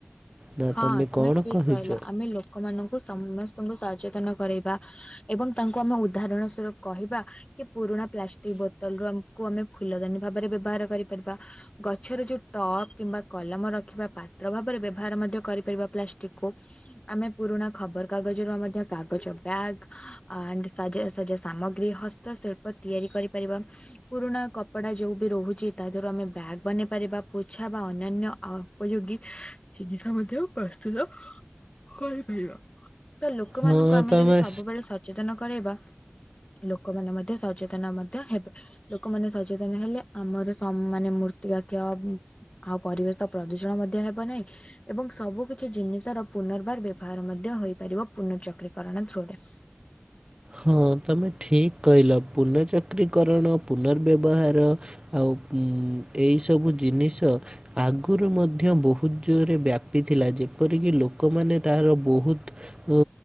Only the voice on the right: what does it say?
ନା
କଣ
କହିଛ?
ହଁ
ତମେ
ହଁ ତମେ ଠିକ୍ କହିଲ ପୁନଃଚକ୍ରିକରଣ ପୁନର୍ବ୍ୟବହାର ଆଉ ଉଁ ଏଇ ସବୁ ଜିନିଷ ଆଗରୁ ମଧ୍ୟ ବହୁତ୍ ଜୋରେ ବ୍ୟାପିଥିଲା ଯେପରିକି ଲୋକମାନେ ତାହାର ବହୁତ୍ ଉଁ